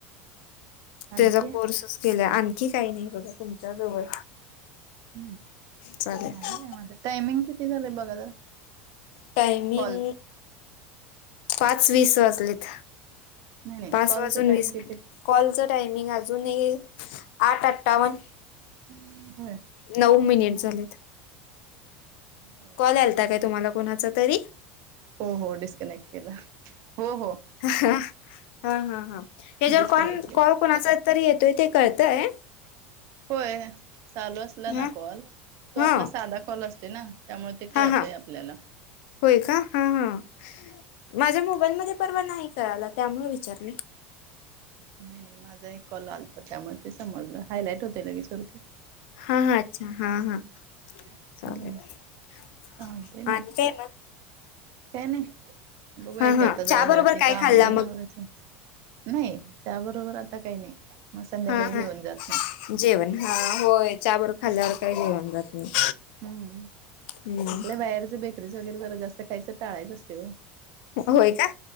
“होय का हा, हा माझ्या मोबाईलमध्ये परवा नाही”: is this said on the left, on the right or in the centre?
Left